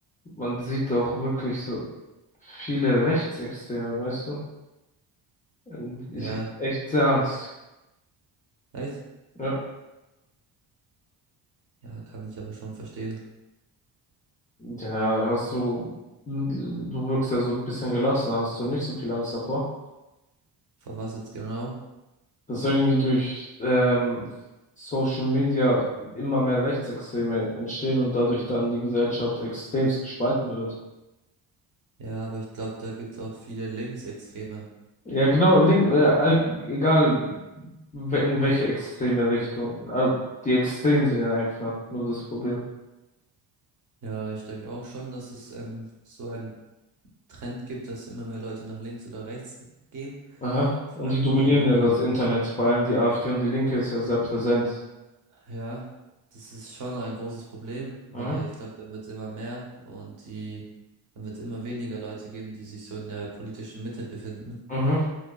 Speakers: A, on the left; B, on the right.
A: man sieht auch wirklich so viele Rechtsextreme, weißt du? Und ich
B: Ja,
A: habe echt sehr Angst.
B: echt?
A: Ja.
B: Ja, kann ich aber schon verstehen.
A: Ja, hast du, hm, du wirkst ja so ein bisschen gelassen, hast du nicht so viel Angst davor,
B: Vor was jetzt genau?
A: dass irgendwie durch ähm, Social Media immer mehr Rechtsextreme entstehen und dadurch dann die Gesellschaft extremst gespalten wird.
B: Ja, aber ich glaube, da gibt's auch viele Linksextreme.
A: Ja, genau, link, äh, all- egal we- in welche extreme Richtung. Äh, Die Extremen sind ja einfach nur das Problem.
B: Ja, ich denke auch schon, dass es ähm, so ein Trend gibt, dass immer mehr Leute nach links oder rechts gehen.
A: Aha.
B: Vor
A: Und
B: allem
A: die dominieren
B: so, Mhm.
A: ja
B: ähm,
A: das Internet, vor allem die AfD und die Linke ist ja sehr präsent.
B: ja, das ist schon ein großes Problem, weil
A: Mhm.
B: ich glaube, dann wird es immer mehr und die, dann wird es immer weniger Leute geben, die sich so in der politischen Mitte befinden.
A: Mhm.